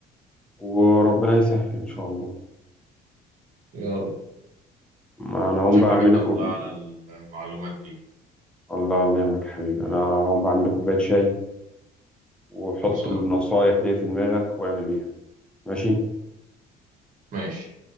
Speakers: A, in the centre; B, on the right.
A: وربنا يسهل ان شاء الله
B: يا رب
A: ما انا هقوم
B: متشكر
A: بقى اعمل
B: جدا
A: لكم
B: والله على المعلومات دي
A: الله الله يهمك يا حبيبي انا هقوم بعمل لكم كوباية شاي وحط
B: خلصان
A: النصايح دي في دماغك واعمل بيها ماشي
B: ماشي